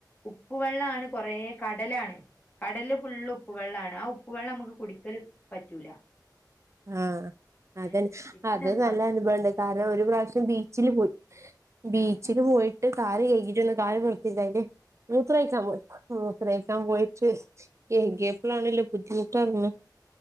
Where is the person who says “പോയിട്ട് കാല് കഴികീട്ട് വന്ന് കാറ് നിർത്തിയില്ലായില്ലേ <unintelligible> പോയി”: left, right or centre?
Right